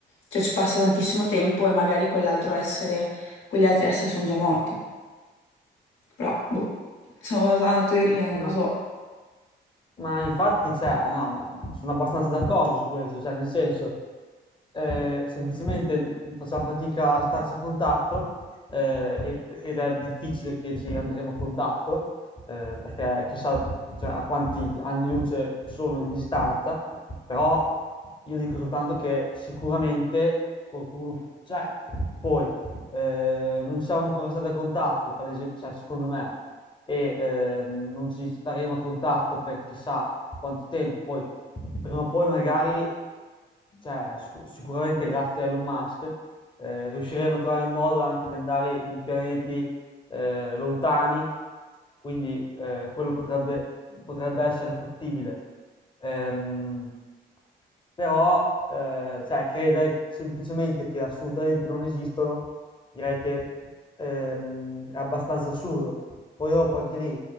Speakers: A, on the left (about 75°); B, on the left (about 25°).
A: Cioè ci passa tantissimo tempo e magari quell'altro essere, quegli altri esseri sono già morti. Però, boh, sono una teoria, non
B: Ma,
A: lo so.
B: ma infatti c'è, ah no, ma sono abbastanza d'accordo su questo, cioè nel senso, eh, semplicemente facciamo fatica a starci a contatto eh, ed, ed è difficile che ci andremo a contatto eh, perché chissà cioè, a quanti anni luce sono di distanza, però io dico soltanto che sicuramente qualcuno, cioè poi eh, non siamo ancora stati a contatto, palese- cioè, secondo me, e eh, non ci staremo a contatto per chissà quanto tempo. Poi, prima o poi, magari, cioè, sic- sicuramente grazie a Elon Musk, eh, riusciremo a trovare il modo anche di andare in pianeti eh, lontani, quindi eh, quello potrebbe, potrebbe essere fattibile. Ehm, però, eh, cioè, credere semplicemente che assolutamente non esistono direi che ehm, è abbastanza assurdo. Poi dopo anche lì,